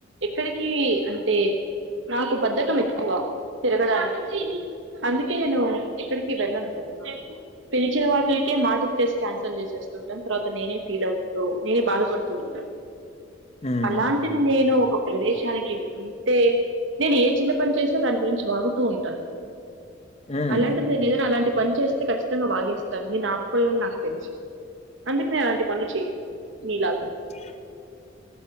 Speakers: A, on the right; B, on the left.
A: ఎక్కడికి అంటే నాకు బద్ధకం ఎక్కువ తిరగడానికి అందుకే నేను ఎక్కడికి వెళ్ళను ప్రద్ద పిలిచిన వాటిలకే మాటచ్చేసి క్యాన్సల్ చేసేస్తుంటాను తర్వాత నేనే ఫీల్ అవుతా బాధపడుతూ ఉంటారు
B: హ్మ్
A: అలాంటిది నేను ఒక ప్రదేశానికి వెళ్ళి అే నేను ఏ చిన్న పని చేసినా దాని గురించి వాాగుతూ ఉంటాను
B: హ్మ్
A: అలాంటిది నేన్ అలాంటి పని చేస్తే ఖచ్చితంగా వాగేస్తాను నే నాపని నాకు తెలుసు అందుకనే అలాంటి పనులు చెయ్యను మీలాగా
B: <inaudible>